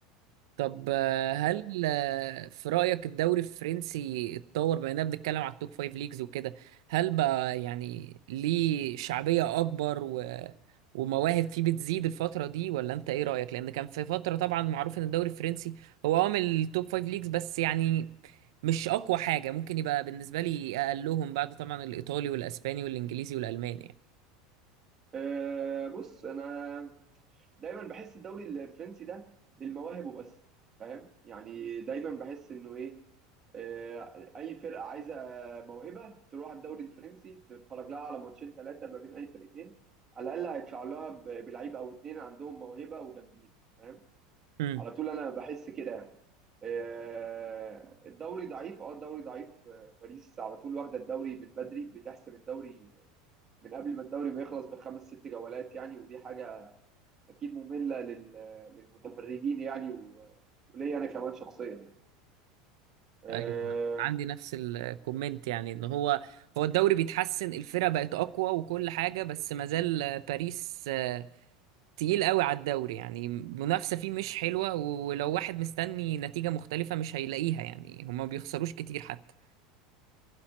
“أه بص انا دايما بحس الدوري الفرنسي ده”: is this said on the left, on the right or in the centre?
Right